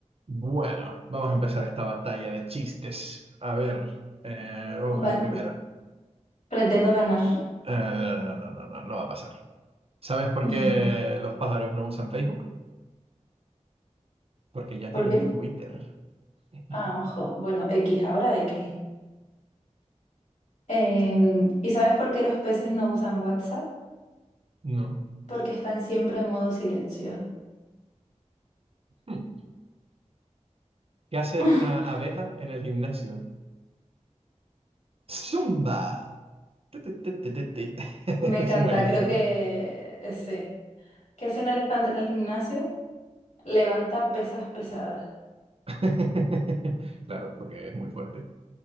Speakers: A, on the right (about 50°); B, on the left (about 70°).
A: Bueno, vamos a empezar esta batalla de chistes. A ver, eh, vamos con
B: Vale,
A: el primero.
B: pretendo ganar.
A: Eh, no, no, no, no, no, no no va a pasar. ¿Sabes por
B: <laughs>
A: qué los pájaros no usan Facebook? Porque ya
B: ¿Por
A: tienen
B: qué?
A: Twitter. <laughs>
B: Ah, ojo. Bueno, X, ahora X. Em, ¿y sabes por qué los peces no usan WhatsApp?
A: No.
B: Porque están siempre en modo silencio.
A: Hmm. ¿Qué hace
B: <laughs>
A: una abeja en el gimnasio? ¡Zumba! Tu, tu, tu, tu, tu, tu. <laughs> Eso
B: Me encanta,
A: es buenísimo.
B: creo que ese. ¿Qué hace un elefante en el gimnasio? Levanta pesas pesadas.
A: <laughs> Claro, porque es muy fuerte.